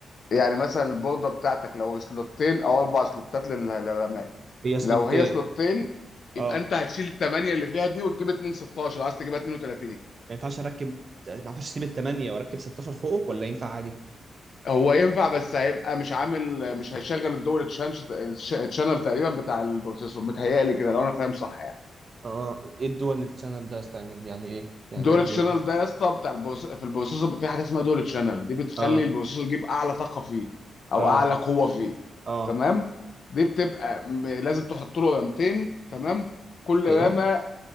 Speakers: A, on the left; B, on the right.
A: يعني مثلا البورده بتاعتك لو سلوتين او اربع سلوتات للرماية
B: هي سلوتين
A: لو هي سلوتين يبقى
B: اه
A: انت هتشيل الثمانيه اللي فيها دي وتجيب 2 16 عايز تجيبها 32
B: ما ينفعش اركب ما ينفعش اسيب الثمانيه واركب 16 فوقه ولا ينفع عادي
A: هو ينفع بس هيبقى مش عامل مش هيشغل الدول تشانش تشانل تقريبا بتاع البروسيسور متهيألي كده لو انا فاهم صح يعني.
B: اه ايه الدول الشانل ده ستاندنج يعني ايه يعني
A: دول
B: بيعمل
A: تشانل
B: ايه ده
A: ده يا اسطى بتاع البروس... في البروسيسور بيبقى في حاجه اسمها دول تشانل دي بتخلي
B: اه
A: البروسيسور يجيب اعلى طاقه فيه او
B: اه
A: اعلى قوه فيه
B: اه
A: تمام دي بتبقى م... لازم تحط له رامتين تمام كل
B: ايوه
A: رامه